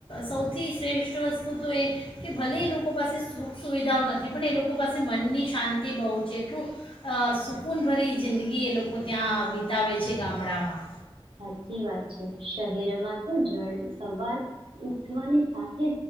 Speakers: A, on the left; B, on the right.
A: સૌથી શ્રેષ્ઠ વસ્તુ તો એ કે ભલે એ લોકો પાસે સુખ સુવિધાઓ નથી, પણ એ લોકો પાસે મનની શાંતિ બહુ છે, એટલું આ સુકૂનભરી જિંદગી એ લોકો ત્યાં વિતાવે છે ગામડામાં.
B: સાચી વાત છે. શહેરમાં તો જળ સવાર ઉઠવાની સાથ થે જ